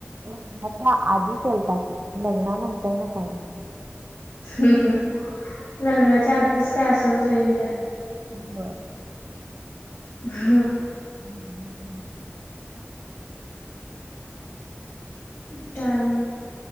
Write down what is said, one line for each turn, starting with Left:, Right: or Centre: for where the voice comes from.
Right: लग्नाच्या आधी केलता की लग्नानंतर ना काय ना
Left: हम् हम् लग्नाच्या आधीच काय असेल तो एन्जॉय
Right: होय-
Left: हम्
Right: ह
Left: काय मग